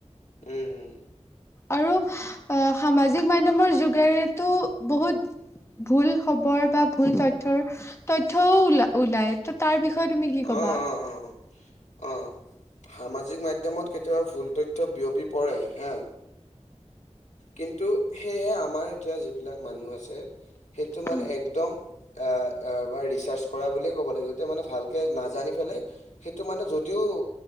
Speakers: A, on the left; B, on the left.
A: উম, উম।
B: আৰু সামাজিক মাধ্যমৰ যুগেৰেতো বহুত - ভুল খবৰ বা ভুল তথ্যৰ তথ্যও ওল-ওলায় ত - তাৰ বিষয়ে তুমি কি ক'বা?
A: অ', অ', অ', অ', সামাজিক মাধ্যমত কেতিয়াবা ভুল তথ্য বিয়পি পৰে হা। কিন্তু, সেয়েহে আমাৰ এতিয়া যিবিলাক মানুহ আছে। সেইটো মানে
B: উম।
A: একদম আ আ বা ৰিচাৰ্চ কৰা বুলিয়ে ক'ব লাগিব। সেইটো মানে ভালকে নাজানি পেলাই সেইটো মানে যদিও